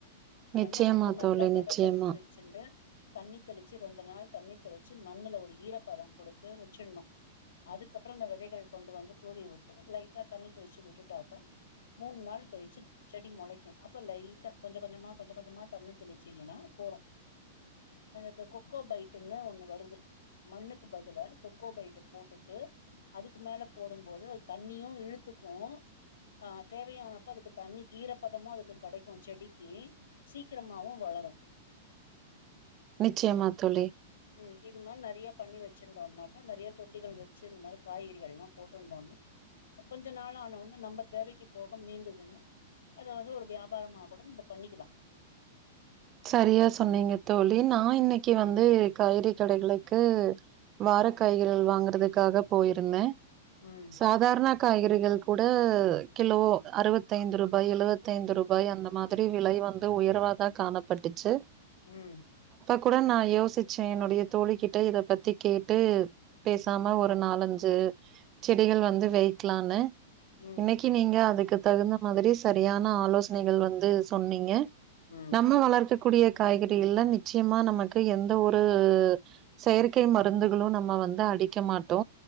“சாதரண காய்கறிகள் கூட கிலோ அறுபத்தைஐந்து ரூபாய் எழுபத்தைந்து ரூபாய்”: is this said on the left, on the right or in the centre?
Right